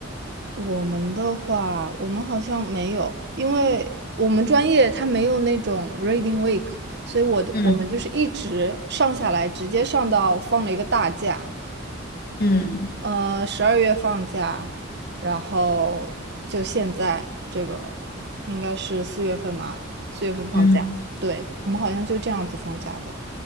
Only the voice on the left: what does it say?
嗯
嗯
嗯